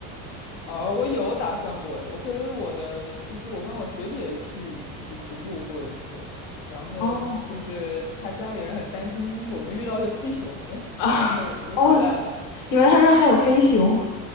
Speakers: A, on the left (about 85°); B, on the left (about 50°).
A: 啊，我有打算过诶，我跟我的就是我跟我学姐去就是徒步过一次，然后就是她家里人很担心我们遇到黑熊，
B: 哦啊
A: 然后我们就回来了。
B: <laughs>，哦，你们他那儿还有黑熊
A: <laughs>